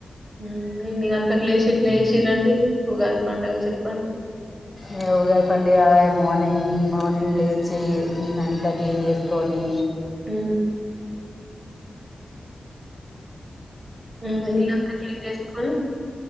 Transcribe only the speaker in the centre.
ఆ ఉగాది పండుగ మార్నింగ్ మార్నింగ్ లేచి <unintelligible> అంత క్లీన్ చేసుకొని